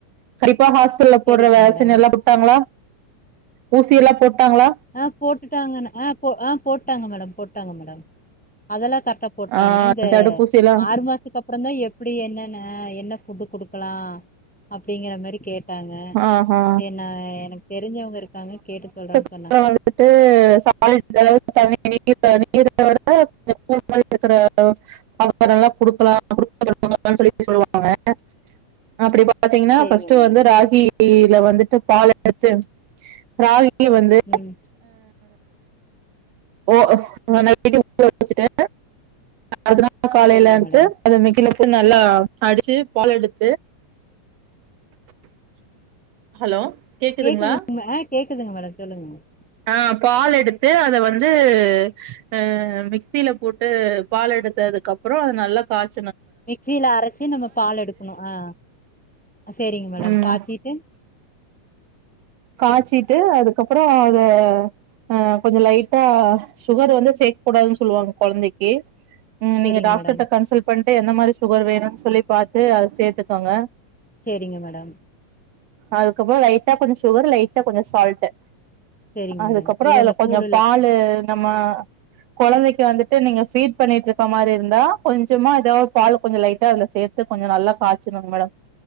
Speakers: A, on the right; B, in the centre.
A: இப்ப ஹாஸ்டல்ல
B: சரிங்க
A: போடுற வே
B: மேடம்
A: த்து நல்லா குட்தாங்களா ஊசி எல்லா போட்டாங்களா
B: ஆ போட்டுட்டாங்கன்ன ஆ ஆ போட்டாங்க மேடம் போட்டாங்க மேடம் அதெல்லா கரிக் க்டா போட்டாங்க
A: ஆ
B: இந்த
A: தடுப்பூசி எல்லா
B: ஆறு மாசத்துக்கு அப்புற தா எப்டி என்னன்ன என்ன ஃபுட்டு குடுக்கலா அப்டிங்கற மாரி கேட்டாங்க
A: ஆஹா
B: என்னா எனக்கு தெரிஞ்சவங்க இருக்காங்க கேட்டு சொல்றேனு சொல்
A: அப்புறம் வந்துட்டு சாலட்டு் அளவு தன்னி <unintelligible> <unintelligible> பாத்தீங்கன்னா
B: சரிங்க
A: ஃபர்ஸ்ட்
B: மேடம்
A: வந்து ராகி கீல வந்துட்டு பால் எடுத்து ராகி <unintelligible> ல வந்து
B: ம்
A: ஓ நா நைட்டே ஊர வச்சட்டே அதனால காலைல
B: சரிங்க
A: எடுத்து
B: மேடம்
A: அது மிக்சில நல்லா அடிச்சு பாலெடுத்து <inaudible> ஹலோ கேக்குதுங்களா
B: கேக்குதுங்க ஆ கேக்குதுங்க மேடம் சொல்லுங்க மேடம்
A: ஆ பால் எடுத்து அத வந்து அ மிக்சியில போட்டு பால் எடுத்ததுக்குப்புறோ அத நல்லா காச்
B: மிக்சில அரச்சு நம்ம பால் எடுக்குணு ஆ சேரிங் மேடம்
A: ம்
B: பாத்திட்டு
A: காய்ச்சிட்டு அதுக்கப்புறோ அத அ கொஞ்ச லைட்டா சுகர் வந்து சேர்க்கக்கூடாதுன்னு சொல்லுவாங்க குழந்தைக்கு உ
B: சேரிங்க
A: நீங்க டாக்டர்ட
B: மேடம்
A: கன்சல்ட் பண்ண டே எந்த மாரி சுகர் வேணுன் சொல்லி பாத்து அத சேத்துக்கோங்க
B: சேரிங்க மேடம்
A: அதுக்கப்புறோ ரைத்தா கொஞ் சுகர் லைட்டா கொஞ்சோ சால்ட்டு
B: சேரிங்க
A: அதுக்கப்பறோ
B: மேடம் எது
A: அதுல
B: அந்த
A: கொஞ்ச
B: கூழுல
A: பால்லு நம்ம கொழந்தைக்கு வந்துட் ட்டு நீங்க பீட் பண்ணிட்டு இருக்க மாரி இருந்தா கொஞ்சமா ஏதாவ் பால் கொஞ்ச லைட்டா அதுல சேத்து கொஞ்ச நல்லா காச்சணுங் மேடம்